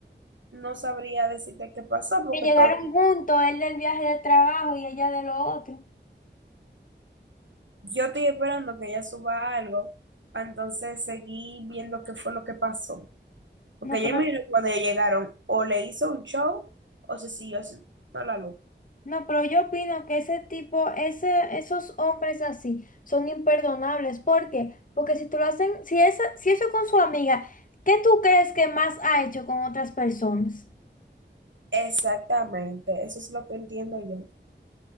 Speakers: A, on the right (about 80°); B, on the left (about 45°).
A: no sabría decirte qué pasó, porque
B: Que llegaron
A: todo.
B: juntos, él del viaje de trabajo y ella de lo otro.
A: yo estoy esperando que ella suba algo. pa' Entonces seguí viendo qué fue lo que pasó. Porque
B: No,
A: yo
B: pero
A: imagino que cuando ellos llegaron, o le hizo un show, o se siguió haciendo la luz.
B: No, pero yo opino que ese tipo, ese, esos hombres así son imperdonables. ¿Por qué? Porque si tú lo hacen, si esa, si eso con su amiga, ¿qué tú crees que más ha hecho con otras personas?
A: Exactamente, eso es lo que entiendo yo.